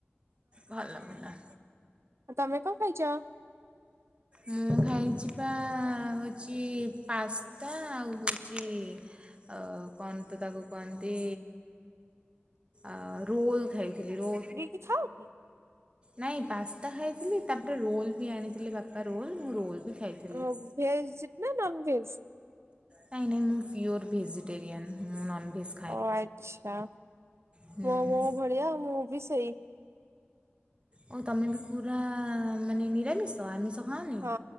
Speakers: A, on the right; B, on the right.
A: ଭଲ ଭଲ।
B: ଆ, ତମେ କଣ ଖାଇଚ?
A: ମୁଁ ଖାଇଚିପା ହଉଚି ପାସ୍ତା ଆଉ ହଉଚି ଆଉ କଣ ତ ତାକୁ କୁହନ୍ତି, ଆଉ ରୋଲ୍ ଖାଇଥିଲି, ରୋ
B: ଇଛା ଉ କି
A: ନାଇଁ ପାସ୍ତା ଖାଇଥିଲି, ତାପରେ ରୋଲ ବି ଆଣିଥିଲେ ବାପା ରୋଲ, ମୁଁ ରୋଲ ବି ଖାଇଥିଲି।
B: ଓ, ଭେଜ ନା, ନନ ଭେଜ?
A: କାଇଁ ନା, ମୁଁ ପିଓର ଭେଜିଟେରିଆନ୍, ମୁଁ ନନ୍ ଭେଜ
B: ଓ ଆଛା,
A: ହୁଁ
B: ମୋ ମୋ ଭଳିଆ, ମୁଁ ବି ସେଇ
A: ଓ, ତମେ ବି ପୁରା ମାନେ ନିରାମିଷ, ଆମିଷ ଖାଅନି
B: ହଁ,